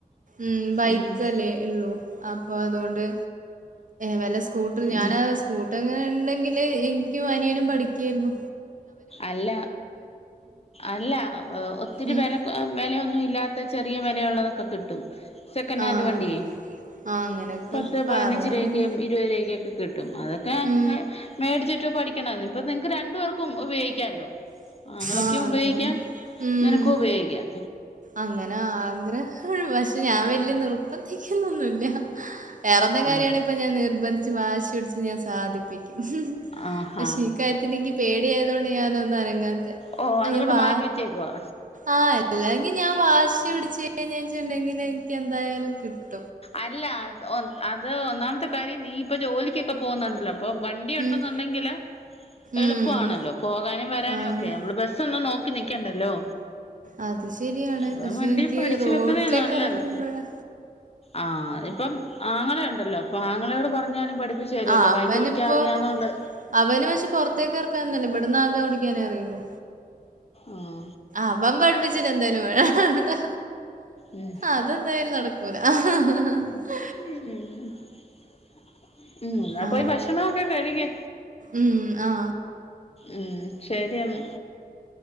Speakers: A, on the right (about 55°); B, on the left (about 40°).
A: ഉം ബൈക്ക്
B: ആഹ്
A: അല്ലേ ഇള്ളൂ അപ്പ അത്കൊണ്ട് വെല്ല സ്കൂട്ട് റ് ഞാന
B: ഏഹ്
A: സ്കൂട്ടർങ്ങനെ ണ്ടെങ്കില് ഇൻക്കും അനിയനും പഠിക്കേര്ന്നു
B: അല്ല അല്ലാ ഒ ഒത്തിരി
A: ഉം.
B: വെല വെലെയൊന്നും ഇല്ലാത്തെ ചെറിയ വെലയുള്ളതൊക്കെ കിട്ടും സെക്കനാൻഡ്
A: ആഹ്
B: വണ്ട്യേ
A: ആഹ് അങ്ങനെയൊക്കെ
B: പത്ത്
A: പറയുന്നു
B: പതിനഞ്ച് രുപയ്ക്ക് ഇരുപത് രൂപയ്ക്കാെക്കെ കിട്ടും അതൊക്കെ
A: ഉം
B: മേടിച്ചിട്ട് പഠിക്കണം ഇത് നിങ്ങൾക്ക് രണ്ടു പേർക്കും ഉപയോഗിക്ക ക്കല്ലോ ആങ്ങളൊക്കെ
A: ആഹ്
B: ഉപയോഗിക്കാം
A: അതാണ് ഉം
B: നിനക്കും ഉപയോഗിക്കാം
A: അങ്ങനെ ആഗ്രഹ പക്ഷെ ഞാൻ വല്യ നിർബന്ധിക്കുന്നൊന്നുമില്ല വെറെന്തൻ കാര്യമാണകിലോ
B: ഉം
A: ഇപ്പോൾ ഞാൻ നിർന്ധിച്ച് വാശിപിടിച്ച് ഞാൻ സതിപ്പിക്കും
B: ആഹാ
A: പക്ഷേ ഈക്കാര്യത്തില് എനിക്ക് പേടിയായതുകൊണ്ട് ഞാനൊന്ന അനങ്ങാത്ത
B: ഓ
A: അത്ന
B: അതുകൊണ്ട്
A: വാ
B: മാറ്റി വെച്ചേക്കുവാ
A: ആഹ് അല്ലെങ്കിൽ ഞാൻ വാശി പിടച്ച് കഴിഞ്ഞച്ചുണ്ടെങ്കിൽ എനിക്ക് എന്തായാലും കിട്ടും
B: അല്ല അത് ഒന്നാമത്തെ കാര്യം നീ ഇപ്പൊ ജോലിക്കൊക്കെ പോകുന്നുണ്ടല്ലോ അപ്പൊ വണ്ടിയുണ്ടാകിൽ
A: ഉം
B: എളുപ്പമണല്ലോ
A: ഉം
B: പോകാനും വരാനും
A: ആഹ്
B: ബസ്സ് ഒന്നും നോക്കി നിക്കണ്ടല്ലോ
A: അത് ശരിയാണ്
B: ഇപ്പം
A: പക്ഷെ
B: വണ്ടി
A: എനിക്ക്
B: പഠിച്ചു
A: റോഡിലേക്കെ
B: വെക്കുന്നേ നല്ലത്
A: ഇറങ്ങുമ്പോഴാ
B: ആഹ് ഇപ്പം ആങ്ങളെ ഉണ്ടല്ലോ അപ്പൊ ആങ്ങളയോട് പറഞ്ഞാലും പഠിപ്പിച്ച പഠിപ്പിച്ച്തരുമല്ലോ
A: ആ അവനിപ്പോ
B: ബൈക്ക് ഓടിക്കാൻറിയന്നോണ്ട്
A: അവന് പക്ഷെ പുറത്തേക്ക് ഇറക്കാന്നല്ല ഇവിടന്ന് ഓടിക്കാനേ അറിയുള്ളൂ
B: ആഹ്
A: അവൻ പഠിപ്പിച്ചിട്ടന്തായാലും വേണ്ടോ
B: ഉം
A: അതെന്തായാലും നടകൂല <unintelligible>
B: ഉം <unintelligible> ഉം ഇന്നാ
A: ആ.
B: പോയി ഭക്ഷണൊക്കെ കഴിക്കെ
A: ഉം. ആ.
B: ഉം ശരിയന്നാ